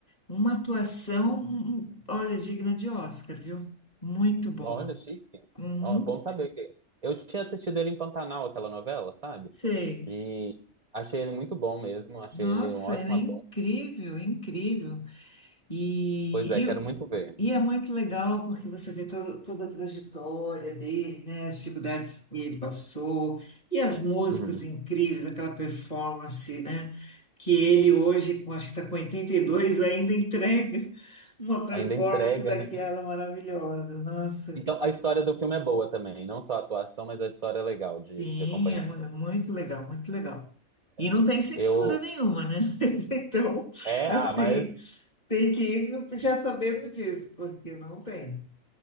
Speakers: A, on the left; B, on the right.
A: Uma atuação, um- um- olha, digna de Oscar, viu? Muito bom.
B: Olha, chique.
A: Uhum,
B: Ó, bom saber que eu tinha assistido ele em Pantanal, aquela novela, sabe?
A: sei.
B: E achei ele muito bom mesmo, achei
A: Nossa,
B: ele um ótimo
A: ele é
B: ator.
A: incrível, incrível. e
B: Pois é, quero muito ver.
A: E é muito legal porque você vê todo, toda a trajetória dele, né? As dificuldades que ele passou e as músicas
B: Uhum.
A: incríveis, aquela performance, né? Que ele hoje, com, acho que está com 82, ainda entrega uma performance
B: Ainda entrega,
A: daquela
B: né?
A: maravilhosa. Nossa,
B: Então, a história do filme é boa também, não só a atuação, mas a história é legal de,
A: sim,
B: de acompanhar.
A: é mu- é muito legal, muito legal. E
B: É.
A: não tem censura
B: Eu
A: nenhuma, né? <laughs> Então,
B: é,
A: assim,
B: ah, mas
A: tem que ir já sabendo disso, porque não tem.